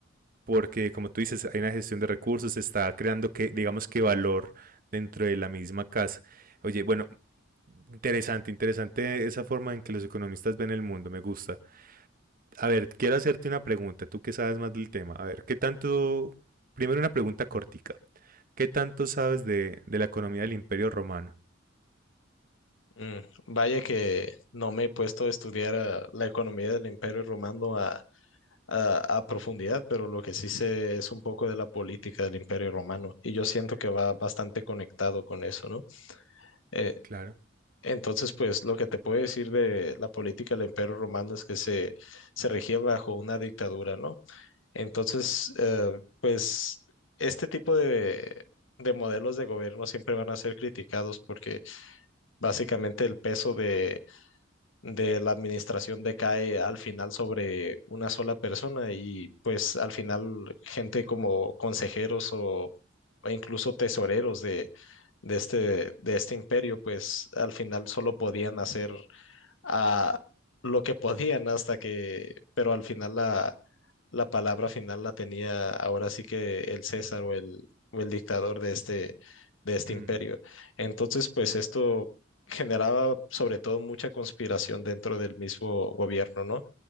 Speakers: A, on the right; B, on the left.
A: porque como tú dices, hay una gestión de recursos, se está creando que, digamos que valor dentro de la misma casa. Oye, bueno, interesante, interesante esa forma en que los economistas ven el mundo, me gusta. A ver, quiero hacerte una pregunta, tú que sabes más del tema. A ver, ¿qué tanto? Primero una pregunta cortica. ¿Qué tanto sabes de, de la economía del Imperio Romano?
B: Mm, Vaya que no me he puesto a estudiar ah, la economía del Imperio Romano ah, a, a profundidad, pero lo que sí sé es un poco de la política del Imperio Romano y yo siento que va bastante conectado con eso, ¿no? Eh,
A: Claro,
B: entonces, pues lo que te puedo decir de la política del Imperio Romano es que se, se regía bajo una dictadura, ¿no? Entonces, eh, pues este tipo de... de modelos de gobierno siempre van a ser criticados porque básicamente el peso de de la administración decae al final sobre una sola persona y pues al final gente como consejeros o, o incluso tesoreros de, de este, de este imperio pues al final solo podían hacer ah, lo que podían hasta que, pero al final la, la palabra final la tenía ahora sí que el César o el, o el dictador de este, de este
A: mm,
B: imperio. Entonces, pues esto generaba sobre todo mucha conspiración dentro del mismo gobierno, ¿no?